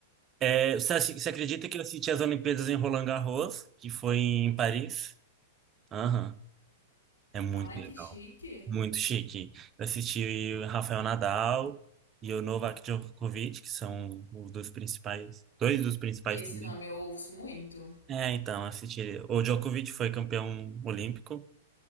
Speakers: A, on the right; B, on the left.
A: É, você, ac- você acredita que eu assisti as Olimpíadas em Roland Garros, que foi em Paris? Aham. É muito
B: Ai,
A: legal.
B: que chique.
A: Muito chique. Eu assisti o Rafael Nadal e o Novak Djokovic, que são os dois principais, dois dos principais
B: Esse
A: também.
B: nome eu ouço muito.
A: É, então, assisti. ele. O Djokovic foi campeão olímpico